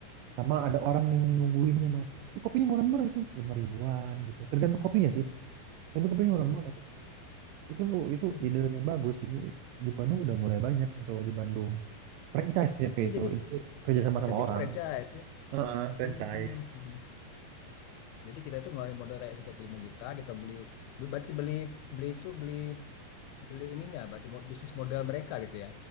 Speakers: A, on the right (about 80°); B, on the left (about 85°).
A: sama ada orang yang nungguinnya, Mas. Ini kopinya murah-murah itu, lima ribuan gitu. Tergantung kopinya sih. Tapi kebayang orang Malang tuh. Itu itu
B: Iya,
A: ide yang bagus sih. Di Bandung udah mulai
B: iya.
A: banyak itu di Bandung. Franchise tapi
B: ya
A: itu,
B: jadi
A: itu kerja sama sama
B: tapi
A: orang.
B: itu franchise ya
A: Heeh, franchise.
B: Mhm. jadi kita itu ngeluarin modal kayak sekitar 5 juta kita beli berarti beli beli itu beli beli ininya berarti mo- bisnis modal mereka gitu ya